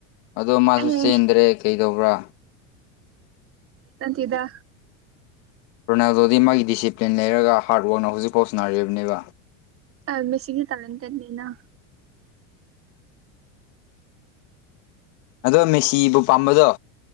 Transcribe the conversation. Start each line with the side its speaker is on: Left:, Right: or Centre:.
Left: ꯑꯗꯣ ꯃꯥꯁꯨ
Right: ꯑꯦ
Left: ꯆꯦꯟꯗ꯭ꯔꯦ ꯀꯩꯗꯧꯕ꯭ꯔꯥ
Right: ꯅꯥꯠꯇꯦꯗ
Left: ꯔꯣꯅꯥꯜꯗꯣꯗꯤ ꯃꯥꯒꯤ ꯗꯤꯁꯤꯄ꯭ꯂꯤꯟ ꯂꯩꯔꯒ ꯍꯥꯔꯗ ꯋꯥꯛꯅ ꯍꯧꯖꯤꯛꯐꯥꯎ ꯁꯟꯅꯔꯤꯕꯅꯦꯕ
Right: ꯑꯥꯏ ꯃꯦꯁꯤꯒꯤ ꯀꯥꯔꯟ ꯇꯟꯗꯤꯅ
Left: ꯑꯗꯣ ꯃꯦꯁꯤꯕꯨ ꯄꯥꯝꯕꯗꯣ